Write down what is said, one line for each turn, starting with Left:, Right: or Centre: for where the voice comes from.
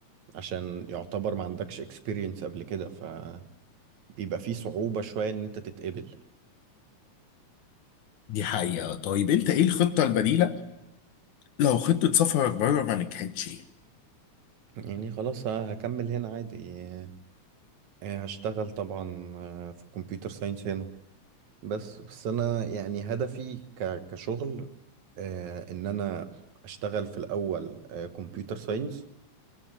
Right: عشان يعتبر ما عندكش experience قبل كده فبيبقى في صعوبة شوية ان انت تتقبل
Left: دي حقيقة طيب انت ايه الخطة البديلة لو خطة سفرك بره ما نجحتش
Right: يعني خلاص هكمل هنا عادي اه، هشتغل طبعا اه، في الكمبيوتر ساينس هنا بس بس انا يعني هدفي ك كشغل آه ان انا اشتغل في الاول كمبيوتر ساينس